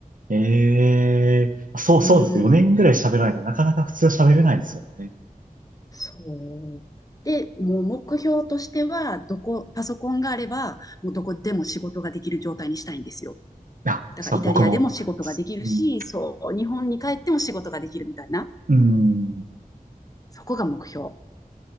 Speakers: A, on the right; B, on the left.
A: えー、そう、
B: うん。
A: そうですね。4年ぐらい喋らないとなかなか普通は喋れないですもんね。
B: そう。で、もう目標としては、どこ、パソコンがあれば、もうどこでも仕事ができる状態にしたいんですよ。
A: あ、
B: だからイタリアでも仕事ができるし、
A: そう、僕もわかります。うん。
B: そう、日本に帰っても仕事ができるみたいな。
A: うーん。
B: そこが目標。